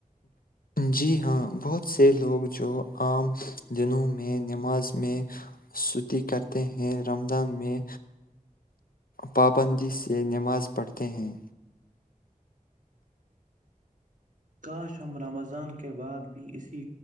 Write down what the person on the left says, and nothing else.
جی ہاں بہت سے لوگ جو عام دنوں میں نماز میں سوتی کرتے ہیں رمضان میں پابندی سے نماز پڑھتے ہیں